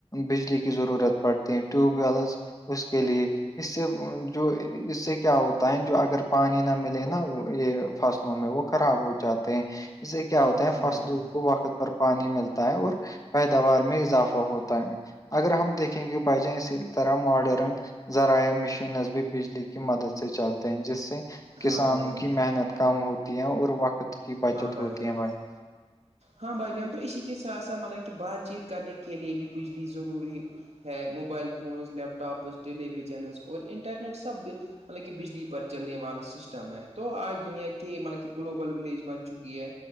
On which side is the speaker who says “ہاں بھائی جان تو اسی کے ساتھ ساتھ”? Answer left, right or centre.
Right